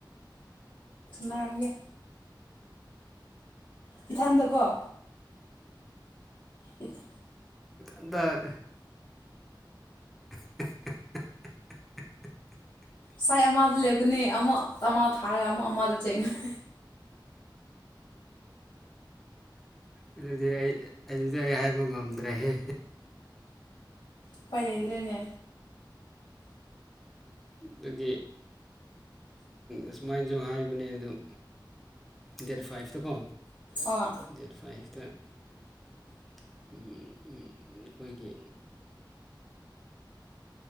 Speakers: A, on the left; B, in the centre.
A: ꯅꯒ ꯏꯊꯝꯇꯀꯣ ꯏꯗ
B: ꯗ <unintelligible>
A: ꯁꯥꯏ ꯑꯃꯗ ꯂꯦꯞꯀꯅꯤ ꯑꯃꯨ ꯑꯃ ꯊꯥꯔꯒ ꯑꯃꯨꯛ ꯑꯃꯗ ꯆꯦꯟꯒꯅꯤ
B: ꯑꯗꯨꯗꯤ ꯑꯩ ꯑꯗꯨꯗꯤ ꯑꯩ ꯍꯥꯏꯕ ꯉꯝꯗ꯭ꯔꯦꯍꯦ
A: ꯎ ꯄꯥꯏ ꯂꯩꯗ꯭ꯔꯦꯅꯦ
B: ꯑꯗꯨꯒꯤ ꯑꯁꯨꯃꯥꯏꯅꯁꯨ ꯍꯥꯏꯕꯅꯦ ꯑꯗꯨꯣ ꯗꯦꯠ ꯐꯥꯏꯚꯇꯀꯣ
A: ꯑꯣ
B: ꯗꯦꯠ ꯐꯥꯏꯚꯇ ꯑꯩꯈꯣꯏꯒꯤ